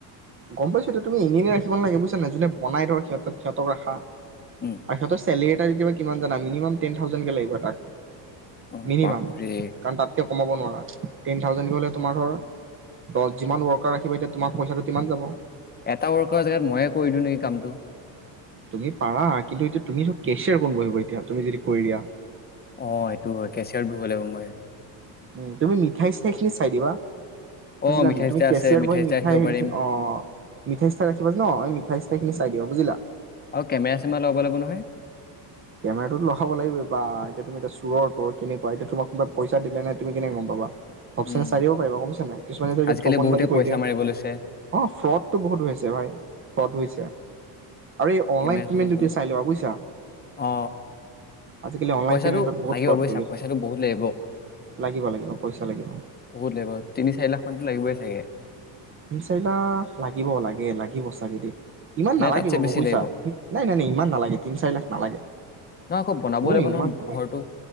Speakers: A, on the right; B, on the left.
A: গম পাইছো এইটো তুমি এনেই এনে ৰাখিব নালাগে বুইছানে, যোনে বনাই ধৰ সিহঁতাত সিহঁতক ৰাখা।
B: উম।
A: আৰু সিহঁতৰ চেলেৰী <unintelligible> কিমান জানা, মিনিমাম টেন থাউজেণ্ড কে লাগিব এটাত।
B: অ
A: মিনিমাম,
B: বাপৰে।
A: কাৰণ তাতকে কমাব নোৱাৰা, টেন থাউজেণ্ড কৈ হ'লে তোমাৰ ধৰ দহ যিমান ৱৰ্কাৰ ৰাখিবা এতিয়া তোমাক পইচাপাতি কিমান যাব?
B: এটা ওৱকৰৰ জেগাত ময়ে কৰি দিওঁ নেকি কামটো।
A: তুমি পাৰা কিন্তু এতিয়া তুমি চব কেচিয়াৰ কোন বহি বহি কাম তুমি যদি কৰি দিয়া?
B: অ এইটো হয়, কেচিয়াৰত বহিব লাগিব মই।
A: উ তুমি মিঠাই- চিঠাই খিনি চাই দিবা বুজিলা
B: অ', মিঠাই
A: নে তুমি
B: চিঠাই
A: কেচিয়াৰ
B: আছে, মঠাই
A: বহি
B: চিঠাই
A: মিঠাই
B: ৰাহিব
A: হেৰি
B: পাৰি।
A: অ', মিঠাই-চিঠাই ৰাখিবা ন? আমি মিঠাই-চিঠাই খিনি চাই দিবা বুজিলা?
B: আৰু কেমেৰা চেমেৰা লগাব লাগিব নহয়।
A: কেমেৰাটোতো লগাব লাগিবযে। বাঃ, এতিয়া তুমি চোৰৰ তৰ কেনেকুৱা? এতিয়া তোমাক কোনোনাই পইচা দিলে নে, তুমি কেনেকে গ'ম পাবা? ঘপচেনে
B: উম
A: চাই দিব পাৰিবা, গম পাইছা নে নাই। কিছুমানে ধৰ,
B: আজিকালি
A: এতিয়া ঠগণ
B: বহুতে
A: বাজি
B: পইচা
A: কৰি দিয়ে। অ'
B: মাৰিব লৈছে
A: ফ্ৰ'ডটো বহুত হৈছে ভাই, ফ্ৰ'ড হৈছে। আৰু এই অনলাইন
B: কেমেৰা চেমেৰা
A: পেমেণ্ট
B: ল'ব
A: দিওঁতে
B: লাগিব।
A: চাই লবা বুজিছা।
B: অ
A: আজিকালি অনলাইন
B: পইচাটো
A: পেমেণ্টত বহুত
B: লাগিব
A: ফ্ৰ'ড
B: বুজিছা
A: হ'ব লৈছে।
B: পইচাটো বহুত লাগিব।
A: লাগিব লাগিব পইচা লাগিব,
B: বহুত লাগিব তিনি চাৰি লাখ মানতো লাগিবই চাগে
A: তিনি-চাৰি লাখ লাগিব লাগে, লাগিব চাগে দেই। ইমান
B: নে
A: নালাগিব
B: তাতছে বেছি
A: বুইছা,
B: লাগিব।
A: নাই, নাই, নাই, ইমান নালাগে। তিনি চাৰি লাখ নালাগে।
B: নহয় আকৌ বনাব
A: অ',
B: লাগিব
A: ইমান
B: নহয়
A: নালাগে।
B: ঘৰটো